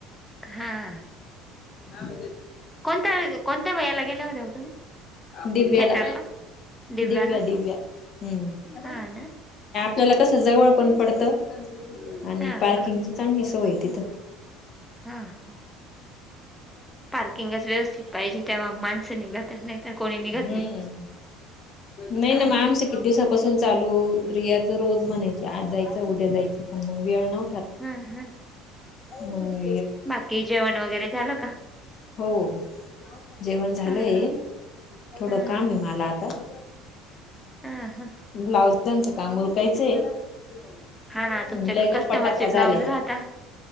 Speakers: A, in the centre; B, on the left.
A: हा.
B: ह.
A: कोणत्या कोणत्या वयाला गेल्या होत्या हो तुम्ही
B: दिव्याला
A: थिएटरला दिव्याला
B: दिव्या दिव्या हम्.
A: हा ना
B: त्याला कसं जवळ पण पडत आणि
A: हा
B: पार्किंगची
A: हा
B: चांगली सोय तिथं
A: हा ह. पार्किंगच व्यवस्थित पाहिजे तेव्हा माणसं निघत नाही तर कोणी निघत
B: हम्म
A: नाही.
B: नाही
A: हा
B: नाही मग आमचं
A: हा
B: किती दिवसापासून चालू रियाच रोज म्हणायची आज जायचं उद्या जायचं पण मग वेळ ना
A: हम्म हम्म.
B: ह
A: बाकी जेवण वगैरे झालं का?
B: हो. जेवण झालंय
A: हा हा
B: थोडं
A: हा
B: कामाय
A: हा
B: मला आता ग
A: हा हा
B: ब्लाऊज <inaudible> <unintelligible> काम उरकायचे म्हटलंय
A: हा ना तुमच्याकडे
B: गप्पाटप्पा
A: कस्टमरचे ब्लाऊज
B: झालाय
A: राहता